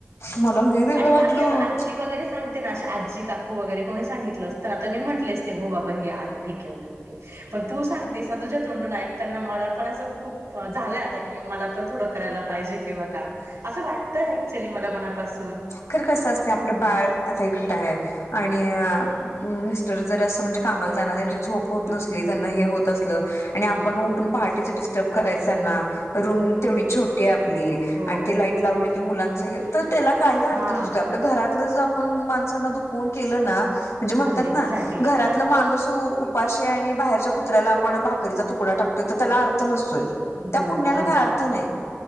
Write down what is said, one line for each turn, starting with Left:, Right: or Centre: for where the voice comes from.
Left: मला लई वेगळं
Right: आणि बाकी
Left: वाटलं
Right: असं आजी वगैरे सांगते ना, अशी आजी, काकू वगैरे कोणी सांगितलं असतं तर आता मी म्हटले, असते हो बाबा हे आहे ठीक ओके ओके! पण तू सांगतेस तुझ्या तोंडून ऐकताना मला पण असं खूप झालंय, आता की मला पण थोडं करायला पाहिजे किंवा काय? असं वाटतंय ऍक्च्युली मला मनापासून.
Left: खरं कसं असतयं आपलं बाळ आता एकटं आहे, आणि अ जर असं म्हणजे कामाला जाणार आहे झोप होत
Right: हम्म
Left: नसली, त्यांना हे होत असलं आणि आपण
Right: हम्म.
Left: उठून पहाटेचं डिस ब करायचं त्यांना रूम तेवढी छोटी आहे, आपली
Right: हो
Left: आणि ती लाईट लावलं की मुलांचं हे तर त्याला काही अर्थ
Right: हा
Left: नसतोय, आपलं घरातलं जे आपण माणसांना दुखवून केलं ना म्हणजे म्हणतात
Right: एक्झॅक्टली
Left: ना, घरातलं माणूस उठ उपाशी आणि बाहेरच्या कुत्र्याला आपण भाकरीचा तुकडा टाकतोय तर, त्याला अर्थ नस तोय.
Right: बरोबर
Left: त्या पुण्याला
Right: बरोबर
Left: काय अर्थ नाही.